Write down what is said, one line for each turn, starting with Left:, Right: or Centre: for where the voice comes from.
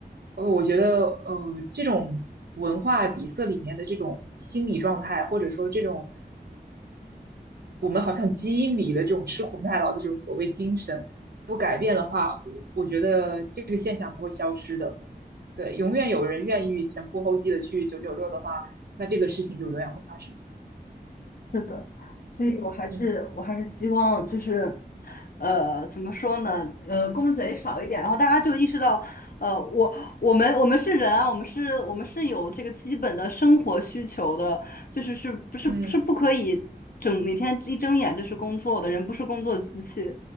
Right: 呃，我觉得，呃，这种文化底色里面的这种心理状态，或者说这种我们好像基因里的这种吃苦耐劳的这种所谓精神，不改变的话，我我觉得这个现象不会消失的。对，永远有人愿意前仆后继的去九九六的话，那这个事情就永远会发生。
Left: 是的，所以我还是我还是希望就是。
Right: 嗯
Left: 呃，怎么说呢？呃，公贼少一点，然后大家就意识到，呃，我我们我们是人啊，我们是我们是有这个基本的生活需求的，就是是不是是不可以整每天一睁眼就是工作的，
Right: 嗯
Left: 人不是工作机器，